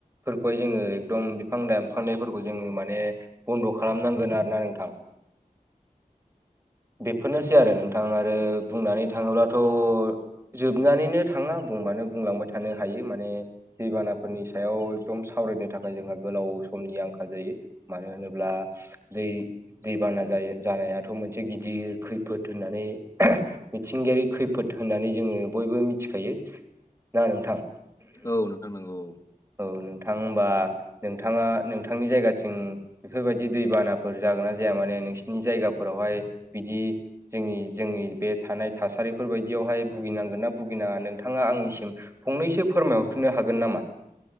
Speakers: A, on the right (about 20°); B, on the left (about 25°).
A: फोरखौहाय जोङो एकदम बिफां दानफायनायफोरखौ जोङो माने बन्द' खालामनांगोन आरो ना नोंथां। बेफोरनोसै आरो नोंथां आरो बुंनानै थाङोब्लाथ'। जोबनानैनो थाङा बुंबानो बुंलांबाय थानो हायो। माने दैबानाफोरनि सायाव एकदम सावरायनो थाखाय जोंहा गोलाव समनि आंखाल जायो। मानो होनोब्ला दै दैबाना जायो। जानायाथ' मोनसे गिदिर खैफोद होननानै मिथिंगायारि खैफोद होननानै जोङो बयबो मिथिखायो ना नोंथां?
B: औ नोंथां नंगौ औ।
A: औ नोंथां होनबा नोंथाङा नोंथांनि जायगाथिं बेफोरबायदि दैबानाफोर जागोन ना जाया माने नोंसिनि जायगाफोरावहाय बिदि जोंनि जोंनि बे थानाय थासारिफोर बायदियावहाय भुगिनांगोनना भुगिनाङा नोंथाङा आंनिसिम फंनैसो फोरमायहरफिननो हागोन नामा?